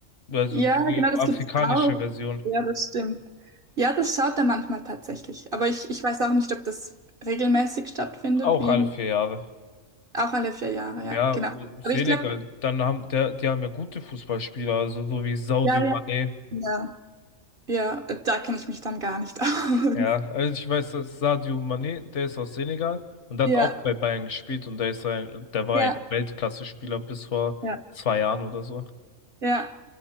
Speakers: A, on the left; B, on the right.
A: also
B: Ja,
A: die
B: genau, das
A: afrikanische
B: gibt's auch.
A: Version.
B: Ja, das stimmt. Ja, das schaut er manchmal tatsächlich. Aber ich, ich weiß auch nicht, ob das regelmäßig stattfindet,
A: Auch
B: wie
A: alle vier Jahre.
B: auch alle vier Jahre, ja,
A: Ja,
B: genau.
A: Senegal,
B: Aber ich glaube,
A: dann haben der, die haben ja gute Fußballspieler, also so wie Sadio
B: ja,
A: Mané.
B: ja, ja, ja, da kenne ich mich dann gar nicht <laughs> aus.
A: Ja, also ich weiß, dass Sadio Mané, der ist aus Senegal und der
B: Ja,
A: hat auch bei Bayern gespielt und der ist ein, der war
B: ja,
A: ein Weltklasse-Spieler bis vor
B: ja,
A: zwei Jahren oder so.
B: ja.